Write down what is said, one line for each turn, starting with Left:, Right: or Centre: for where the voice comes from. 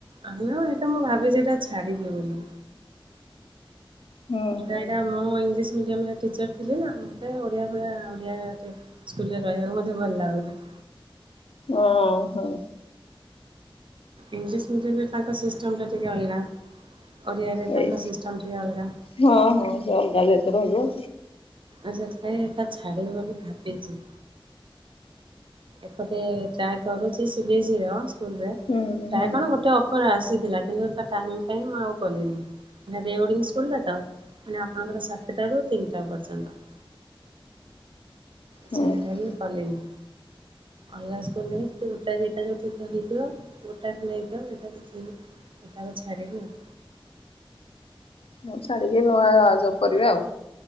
Right: ଆହାଲୋ ଏଇଟା ମୁଁ ଭାବିଚି ଏଟା ଛାଡ଼ିବି ବୋଲି।
Left: ହୁଁ
Right: ଏଟା
Left: ହୁଁ
Right: ଏଟା ମୁଁ ଇଞ୍ଚ ମିଡ଼ିୟମରେ ଟିଚର ଥିଲେ ନା ମତେ ଏ ଓଡ଼ିଆ ଫୋଡ଼ିଆ ଓଡ଼ିଆ ଏତେ ସ୍କୁଲରେ ରହିବାକୁ ମତେ ଭଲ ଲାଗୁନି।
Left: ଓହୋ।
Right: ଇଂଲିସ ମିଡିୟମରେ ତାଙ୍କ ସିଷ୍ଟମ ଟା ଟିକେ ଅଲଗା। ଓଡ଼ିଆ ରେ ତାଙ୍କ
Left: ଏଇ
Right: ସିଷ୍ଟମ ଟିକେ ଅଲଗା।
Left: ହଁ ହଁ ଯେ ଅଲଗା ଯେତେ ରହିବ
Right: ଆଛା ଛାଏ ଏଟା ଛାଡ଼ିବି ବୋଲି ଭାବିଛି। ଏପଟେ ଚାହା କରୁଛି ସିଭିସିଅ ସ୍କୁଲରେ
Left: ହୁଁ
Right: ତାହା
Left: ହୁଁ
Right: କଣ ଗୋଟେ <unintelligible> ଆସିଥିଲା କିନ୍ତୁ ତା ଟାଇମ୍ ପାଇଁ ମୁଁ ଆଉ କଲିନି। ରିଓଡ଼ିଙ୍ଗ ସ୍କୁଲଟା ତ ମାନେ ଆପଣଙ୍କର ସାତଟାରୁ ତିନିଟା ପର୍ଯ୍ୟନ୍ତ ସେଇଥିଲାଗି
Left: ହଁ
Right: ମୁଁ କଲିନି ଅଲଗା ସ୍କୁଲରେ ସେନ୍ତି ଗୋଟାଏ ଦିଇଟା ଯେଉଁଠି ହେଇଥିବ ଗୋଟାକୁୁ ନେଇଥିବ ହେଇଟାକୁ ଦେଖେଇକି ଏଇଟାକୁ ଛାଡିବି ଆଉ।
Left: ହେରା କୁ ଛାଡିକି ନୂଆ ଜବ କରିବେ ଆଉ।